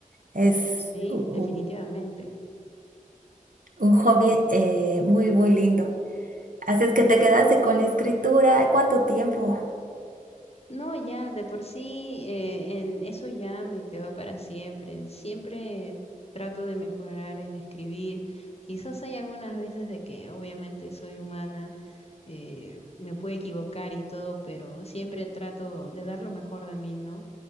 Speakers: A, on the right (about 70°); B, on the left (about 45°).
A: Es
B: Sí,
A: u- u-
B: definitivamente.
A: un, hobby eh, muy, muy lindo. Así es que te quedaste con la escritura, ¿cuánto tiempo?
B: No, ya, de por sí, eh, en eso ya me quedo para siempre. Siempre trato de mejorar en escribir. Quizás hay algunas veces de que obviamente soy humana, eh, me puedo equivocar y todo, pero siempre trato de dar lo mejor de mí, ¿no?